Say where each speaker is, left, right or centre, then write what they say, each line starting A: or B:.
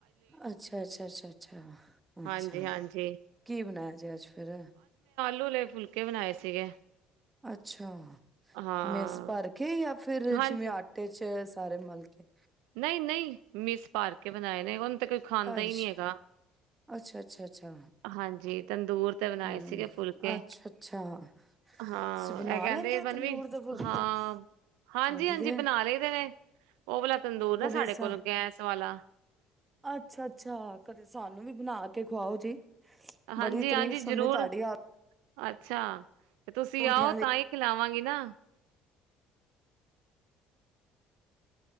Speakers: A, on the right; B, on the right.
A: ਅੱਛਾ ਅੱਛਾ ਅੱਛਾ ਅੱਛਾ ਅੱਛਾ
B: ਹਾਂਜੀ ਹਾਂਜੀ
A: ਕੀ ਬਣਾਇਆ ਜੇ ਅੱਜ ਫੇਰ
B: ਛੋਲੇ ਫੁਲਕੇ ਬਣਾਏ ਸੀਗੇ।
A: ਅੱਛਾ
B: ਹਾਂ
A: ਮਿਸ ਭਰ ਕੇ ਯਾ ਫਿਰ ਜਿਵੇਂ
B: ਹਾਂਜੀ
A: ਆਟੇ ਚ ਸਾਰੇ ਮਲਕੇ
B: ਨਹੀਂ ਨਹੀਂ ਮਿਸ ਭਰ ਕੇ ਬਣਾਏ ਨੇ। ਤੇ ਕੋਈ ਖਾਂਦਾ
A: ਅੱਛਾ,
B: ਹੀ ਨਹੀਂ ਹੈਗਾ
A: ਅੱਛਾ-ਅੱਛਾ-ਅੱਛਾ
B: ਹਾਂਜੀ ਤੰਦੂਰ ਤੇ ਬਣਾਏ
A: ਹੂੰ
B: ਸੀਗੇ ਫੁਲਕੇ
A: ਅੱਛਾ-ਅੱਛਾ
B: ਹਾਂ।
A: ਤੁਸੀਂ ਬਣਾ
B: ਇਹ ਕਹਿੰਦੇ
A: ਲੈਂਦੇ ਹੋ
B: ਮਨਵੀ
A: ਤੰਦੂਰ ਦੇ ਫੁਲਕੇ
B: ਹਾਂ ਹਾਂਜੀ
A: ਵਧੀਆ
B: ਹਾਂਜੀ
A: ਹੈ।
B: ਬਣਾ ਲਈਏ ਤੇ ਨੇ ਉਹ ਵਾਲਾ ਤੰਦੂਰ ਨਾ
A: ਕਦੇ
B: ਸਾਡੇ
A: ਅੱਛਾ
B: ਕੋਲ ਗੈਸ ਵਾਲਾ
A: ਅੱਛਾ ਕਦੇ ਸਾਨੂੰ ਵੀ ਬਣਾ ਕੇ ਕੇ ਖੁਵਾਓ ਜੀ
B: ਹਾਂਜੀ
A: ਬੜੀ ਤਾਰੀਫ਼
B: ਹਾਂਜੀ
A: ਸੁਣਨੀ
B: ਜ਼ਰੂਰ
A: ਤੁਹਾਡੀ ਆ
B: ਅੱਛਾ ਤੇ ਤੁਸੀਂ
A: ਪਰੌਂਠਿਆਂ
B: ਆਓ
A: ਦੀ।
B: ਤਾਂ ਹੀ ਖਿਲਾਵਾਂਗੇ ਨਾ